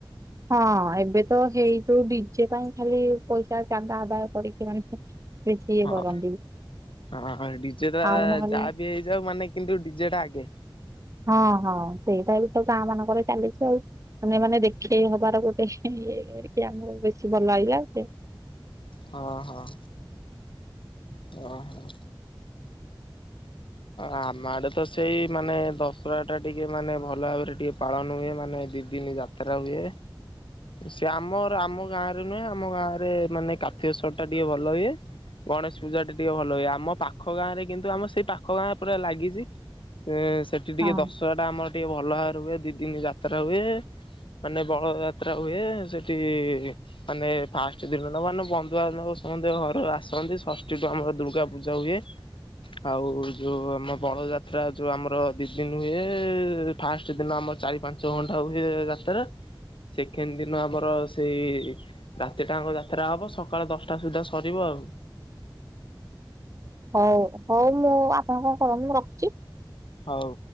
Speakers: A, on the right (about 40°); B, on the left (about 75°).
A: ହଁ ଏବେ ତ ହେଇ ଯଉ ଡିଜେ ପାଇଁ ଖାଲି ପଇସା ଜାଗା ଆଦାୟ କରିଛି ମାନେ ସିଏ
B: ହଁ
A: କରନ୍ତି।
B: ହଁ ଡିଜେ ଟା
A: ଆଉ ନହେଲେ
B: ଯାହା ବି ହେଇଯାଉ ମାନେ କିନ୍ତୁ ଡିଜେ ଟା ଆଗେ
A: ହଁ ହଁ ସେଇଟା ବି ତ ଗାଁ ମାନଙ୍କର ଚାଲିଛି ଆଉ ମାନେ ମାନେ ଦେଖେଇ ହବାର ଗୋଟେ ଇଏ କରିକି ଆମକୁ ବେଶୀ ଭଲ ଏଇଆ ଗୋଟେ
B: ହଁ ହଁ। ଓ ହୋ ଆମ ଆଡେ ତ ସେଇ ମାନେ ଦଶହରା ଟା ଟିକେ ମାନେ ଭଲ ଭାବରେ ଟିକେ ପାଳନ ହୁଏ ମାନେ ଦି ଦିନି ଯାତ୍ରା ହୁଏ। ସେ ଆମର ଆମ ଗାଁ ରେ ନୁହେଁ ଆମ ଗାଁରେ ମାନେ କାର୍ତିକସର ଟା ଟିକେ ଭଲ ହୁଏ ଗଣେଶ ପୂଜା ଟା ଟିକେ ଭଲ ହୁଏ ଆମ ପାଖ ଗାଁ ରେ କିନ୍ତୁ ଆମ ସେଇ ପାଖ ଗାଁରେ ପୁରା ଲାଗିଛି ସେଠି ଟିକେ
A: ହଁ ହଁ
B: ଦଶହରା ଟା ଆମର ଟିକେ ଭଲ ଭାବରେ ହୁଏ ଦି ଦିନ ଯାତ୍ରା ହୁଏ। ମାନେ ବଳଦ ଯାତ୍ରା ହୁଏ ସେଠି ମାନେ ଫାଷ୍ଟ ଦିନ ଟା ମାନେ ବନ୍ଧୁବାନ୍ଧବ ସମତେ ଘର କୁ ଆସନ୍ତି ଷଷ୍ଠୀଠୁ ଆମର ଦୁର୍ଗା ପୂଜା ହୁଏ ଆଉ ଯୋଉ ଆମ ବଳଯାତ୍ରା, ଯୋଉ ଆମର ଦି ଦିନ ହୁଏ, ଫାଷ୍ଟ ଦିନ ଆମର ଚାରି ପାଞ୍ଚ ଘଣ୍ଟା ହୁଏ ଯାତରା ସେଖେଣ୍ଡ ଦିନ ଆମର ସେଇ ରାତି ଟାଙ୍କ ଯାତ୍ରା ହବ ସକାଳ ଦସ୍ ଟା ସୁଦ୍ଧା ସରିବ ଆଉ
A: ହଉ ହଉ ମୁଁ ଆପଣ କଣ କରନ୍ତୁ। ମୁଁ ରଖୁଛି।
B: ହଉ